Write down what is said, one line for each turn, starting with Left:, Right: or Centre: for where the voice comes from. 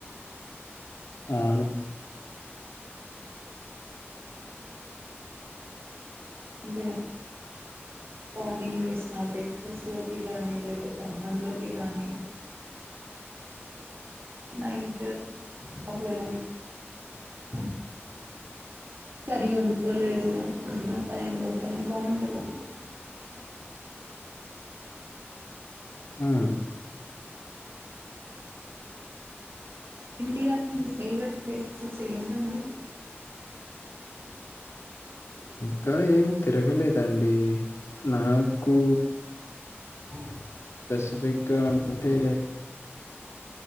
Left: అవును
Right: అంటే మార్నింగ్ లో వేసిన బ్రేక్ఫాస్ట్ లోకి గాని లేకతే అన్నం లోకి గాని. నైట్ ఒకవేళ <unintelligible> కర్రి వండుకోలేరు అన్నాం టైం లో గాని బాగుంటందండి.
Left: ఆహ్
Right: ఇండియాలో మీ ఫేవరెట్ ప్లేసెస్ ఏంటండి.
Left: ఇక్కడ ఏం తిరగలేదండి. నాకు
Right: అహ్
Left: స్పెసిఫిక్గా అంటే